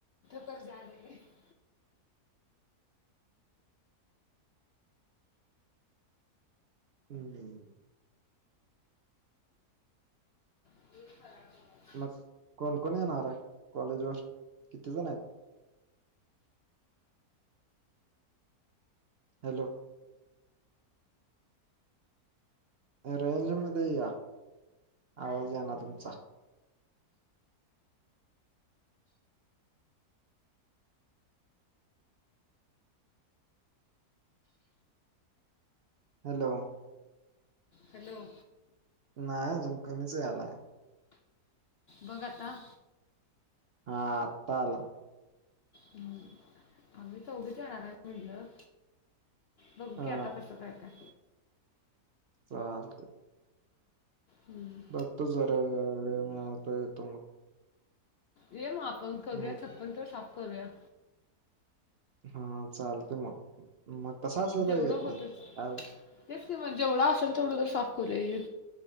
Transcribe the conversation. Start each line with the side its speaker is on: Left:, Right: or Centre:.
Left: <unintelligible>
Right: हम्म हम
Left: <unintelligible>
Right: मग कोण कोण येणार कॉलेज वर किती जण आहे? हॅलो. रेंज मध्ये या आवाज ये ना तुमचा. हॅलो.
Left: हॅलो
Right: नाही अजून कमीच यालाय.
Left: बघ आता.
Right: हा आता आला
Left: हम्म, आम्ही चौघे जाणार आहे म्हणलं बघु
Right: हा
Left: की आता कस काय काय?
Right: चालतंय
Left: हम्म.
Right: येतो जरा वेळ मिळाला तर येतो मग.
Left: ये मग आपण करुया
Right: नाही-
Left: छप्पर तर साफ करुया.
Right: हा चालत मग मग तस असलं तर
Left: जेवढं
Right: येतो
Left: होतं
Right: मग काय
Left: तेच कि मग जेवढा असेल तेवढं तर साफ करूया ये.